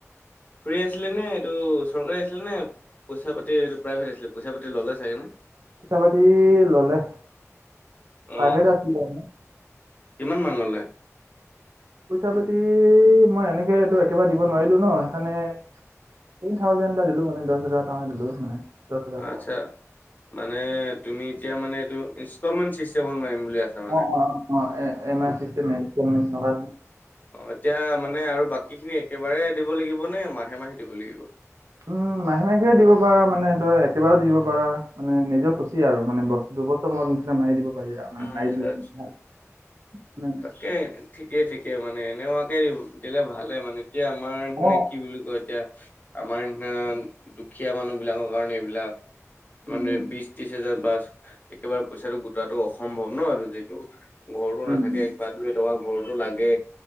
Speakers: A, on the left (about 30°); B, on the right (about 70°).
A: ফ্ৰী আছিলেনে? এইটো চৰকাৰী আছিলে নে? পইচা -পাতি, এইটো প্ৰাইভেট আছিলে। পইচা পাতি ল'লে চাগে নে?
B: পইচা -পাতি ললে।
A: অ
B: প্ৰাইভেট আছিলে।
A: কিমান মান ল'লে?
B: পইচা-পাতি মই এনেকে এইটো একেবাৰে দিব নোৱাৰিলো ন'। সেইকাৰণে থ্ৰী থাউজেণ্ড এটা দিলো মানে। দহ হাজাৰ কাৰণে দিলো মানে। দহ হাজাৰ টকা।
A: আচ্ছা, মানে তুমি এতিয়া মানে এইটো ইষ্টলমেণ্ট ছিষ্টেমত নোৱাৰিম বুলি আছা। মানে
B: অঁ, অঁ অঁ অঁ--ই এম আই চিষ্টেম। ইষ্টলমেণ্ট সেনকা
A: অঁ, এতিয়া মানে আৰু বাকীখিনি একেবাৰে দিব লাগিব নে মাহে, মাহে দিব লাগিব?
B: উম, মাহে মাহেও দিব পাৰা মানে তই একেবাৰো দি দিব পাৰা। মানে নিজে খুচি আৰু মানে বছ--দুবছৰ মূৰত মোঠ ধাৰ মাৰি দিব মানে নাই
A: আচ্ছা
B: দ
A: আচ্ছা তাকে ঠিকে, ঠিকে মানে এনেুৱাকে দিলে ভালে মানে। এতিয়া আমাৰে মানে
B: অ
A: কি বুলি কই এতিয়া? আমাৰ নিচিনা দুখীয়া মানুহ বিলাকৰ কাৰণে এইবিলাক।
B: উম
A: মানে
B: উম
A: বিশ ত্ৰিশ হাজাৰ বা একেবাৰে পইচাটো গোটোৱাটো অসম্ভৱ ন'। এইটো যিটো ঘৰতো নাথাকে
B: উম উম
A: কিবা দুই- এটকা ঘৰতো লাগে।